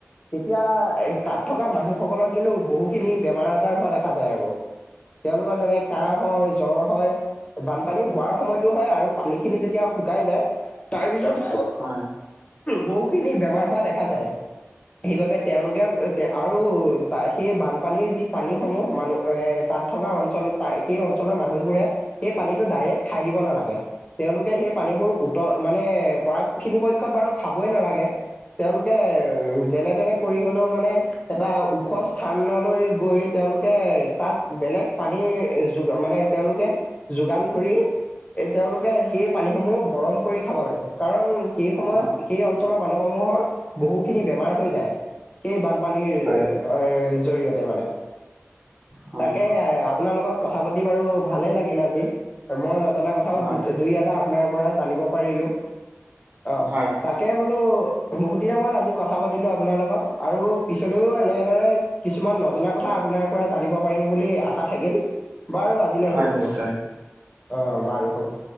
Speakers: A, on the left; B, on the right.
A: তেতিয়া
B: হয়
A: তাত থকা মানুহসকলৰ কিন্তু বহুখিনি বেমাৰ আজাৰ হোৱা দেখা যায় আকৌ। তেওঁলোকৰ যেনে কাহ হয় জ্বৰ হয়, বানপানী হোৱাৰ সময়তো হয় আৰু পানীখিনি যেতিয়া শুকাই যায় তাৰপিছতো
B: হয়।
A: বহুখিনি বেমাৰ হোৱা দেখা যায়। সেইবাবে তেওঁলোকে আৰু ত সেই বানপানীৰ যি পানী সমূহ মানুহ এ তাত থকা অঞ্চল ত সেই অঞ্চলৰ মানুহবোৰে সেই পানীটো ডাইৰেক্ট খাই দিব নালাগে। তেওঁলোকে সেই পানীবোৰ উতল মানে পৰা পক্ষত সেইখিনি বাৰু খাবই নালাগে। তেওঁলোকে যেনে তেনে কৰি হ'লেও মানে এটা ওখ স্থানলৈ গৈ তেওঁলোকে তাত বেলেগ পানীৰ যো মানে তেওঁলোকে যোগান ধৰি। এই তেওঁলোকে সেই পানীসমূহ গৰম কৰি খাব লাগে, কাৰণ সেই সময়ত
B: হয়
A: সেই অঞ্চলৰ মানুহ সমূহৰ বহুখিনি বেমাৰ হৈ যায়। সেই বানপানীৰ
B: হয়
A: এৰ জৰিয়তে মানে।
B: হয়
A: তাকে আপোনাৰ লগত কথা পাতি বাৰু ভালেই লাগিল আজি। মই নজনা কথাও
B: হয়
A: দুই এটা আপোনাৰ পৰা জানিব পাৰিলোঁ। অ
B: হয়
A: তাক তাকে বোলো বহুত দিনৰ মুৰত আজি কথা পাতিলোঁ আপোনাৰ লগত। আৰু পিছলৈও এনেদৰে কিছুমান নজনা কথা আপোনাৰ পৰা জানিম পাৰিম বুলি আশা থাকিল। বাৰু আজিলৈ
B: হয়
A: হ'ব
B: নিশ্চয়
A: দিয়ক। অ' বাৰু হ'ব।